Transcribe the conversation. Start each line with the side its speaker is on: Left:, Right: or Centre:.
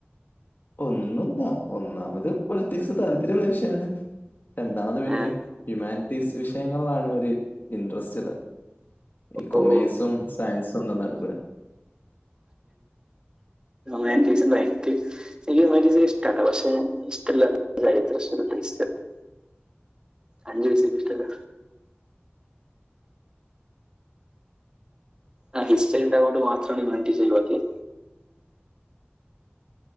Left: ഒന്നുല്ല ഒന്നാമത് പൊൾറ്റിക്സ് താല്പര്യള്ള വിഷയാണ്. രണ്ടാമത് പിന്നെ
Right: ഏഹ്
Left: ഈ ഹ്യുമാൻറ്റീസ് വിഷയങ്ങൾലാണ് ഒരു ഇൻട്രസ്റ്റ്ളേ. ഈ കൊമേസും
Right: ഓ
Left: സയൻസൊന്നും നടക്കൂല.
Right: ഹ്യുമാനിറ്റീസ് <unintelligible> എനിക്ക് ഹ്യൂമൻറ്റീസൊക്കെ ഇഷ്ട്ടാണ് പക്ഷേ ട്ടല്ല സയൻസും <inaudible> <unintelligible> അഞ്ചുപൈസക്കിഷ്ടല്ല. ആ ഹിസ്റ്ററിണ്ടാവോണ്ട് മാത്രാണ് ഹ്യുമാൻറ്റീസൊയ് വാക്കിയേ.